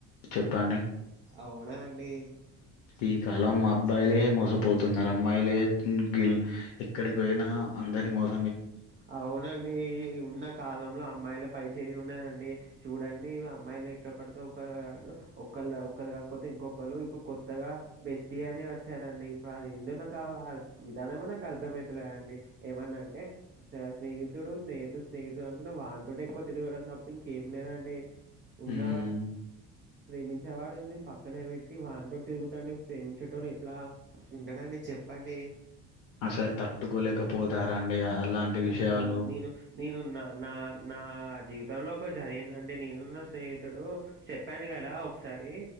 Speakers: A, on the left; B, on the right.
A: చెప్పండి
B: అవునా అండి
A: ఈ కాలం అబ్బాయిలే మోసపోతున్నారు అమ్మాయిలే గ ఎక్కడికి పోయినా అందరి మోస
B: అవునండి ఉన్న కాలంలో అమ్మాయిల పై చేయి ఉన్నదండి చూడండి అమ్మాయిలు ఎక్కడ పడితే ఒకళ్ళు ఒకళ్ళ ఒకళ్ళు కాకపోతే ఇంకొకళ్ళు ఇప్పుడు కొత్తగా బెస్టీ అని వచ్చాదండి ఇప్పుడు అది ఏంటో నాకు అ దానేమో నాకు అర్ధమయితలేదండి ఏమన్నా అంటే స్ స్నేహితుడు స్నేహితుడు స్నేహితుడు అనుకుంట వాంతోటే ఎక్కువ తిరగడం తప్ప ఇంకేం లేదండి ఉన్న
A: హ్మ్.
B: ప్రేమించేవాడిని పక్కన పెట్టి వానితో తిరుగుతుంటే ప్రేమించ చెటోళ్ళు ఎట్లా ఉండదండి చెప్పండి
A: అసలు తట్టుకోలేకపోతారండి అలాంటి విషయాలు
B: ఆ నేను నేను నా నా నా జీవితంలో ఒక జరిగిందంటే నేనున్న స్నేహితుడు చెప్పాను కదా ఒకసారి